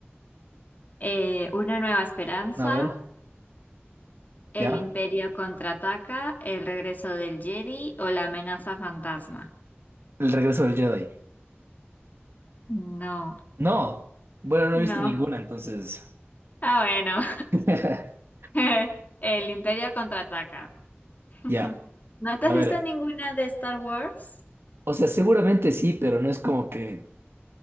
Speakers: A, on the left (about 40°); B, on the right (about 65°).
A: Eh, Una nueva esperanza,
B: a ver,
A: El
B: ya.
A: Imperio contraataca, el regreso del Jedi o la amenaza fantasma.
B: El regreso del Jedi.
A: No,
B: No, bueno, no
A: no.
B: he visto ninguna, entonces.
A: Ah, bueno.
B: <laughs>
A: <laughs> El Imperio contraataca. <laughs>
B: Ya,
A: ¿No te
B: a
A: has visto
B: ver.
A: ninguna de Star Wars?
B: O sea, seguramente sí, pero no es como que.